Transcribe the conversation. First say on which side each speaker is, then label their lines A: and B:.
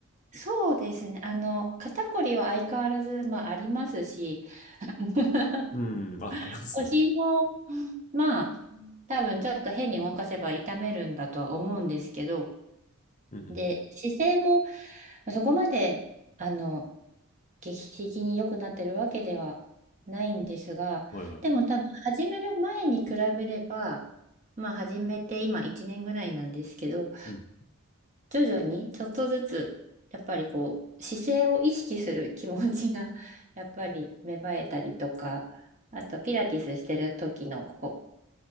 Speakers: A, on the right (about 35°); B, on the left (about 35°).
A: そうですね。あの、肩こりは相変わらず、まあ、ありますし、<laughs>
B: うん。あ、あれですね。
A: 腰も、まあ、多分ちょっと変に動かせば痛めるんだとは思うんですけど、
B: うんうんう
A: で、姿勢もまあそこまで、あの、劇的に良くなってるわけではないんですが、
B: ん。はいはい。
A: でも多分始める前に比べれば、まあ始めて今1年ぐらいなんですけど、
B: うん。
A: 徐々にちょっとずつ、やっぱりこう、姿勢を意識する気持ちが、やっぱり芽生えたりとか、あとピラティスしてる時のこ